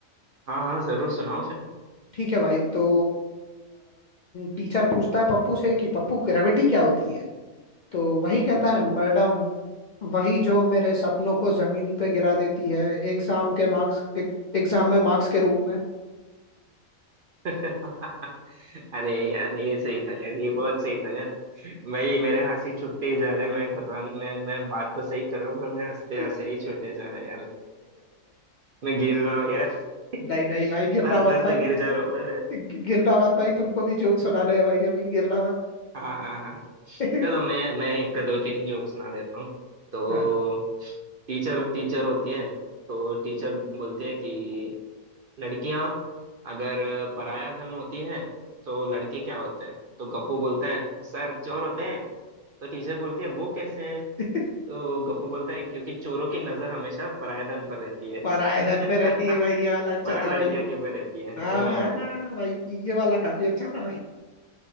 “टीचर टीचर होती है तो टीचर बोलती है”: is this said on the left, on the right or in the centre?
Right